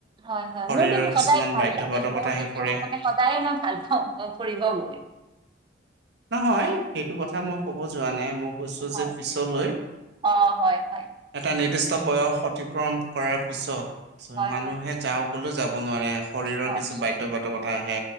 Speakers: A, on the right (about 25°); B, on the right (about 60°).
A: হয় হয়।
B: শৰীৰৰ
A: মোৰ কিন্তু সদায়
B: কিছুমান
A: ভাল
B: বাধ্য
A: লাগে
B: বাধকতা
A: মোৰ
B: আহি
A: কিন্তু
B: পৰে
A: মানে সদায় মই ভাল পাওঁ ফুৰিব গৈ <unintelligible>
B: নহয়। সেইটো কথা মই ক'ব যোৱা নাই মই কৈছো
A: হয়
B: যে পিছলৈ
A: অ হয় হয়।
B: এটা নিৰ্দিষ্ট বয়স অতিক্ৰম কৰাৰ পিছত
A: হয়
B: মানুহে
A: হয়
B: যাওঁ ক'লেও যাব নোৱাৰে। শৰীৰৰ
A: হয়
B: কিছু বাধ্যবাধকতা আহে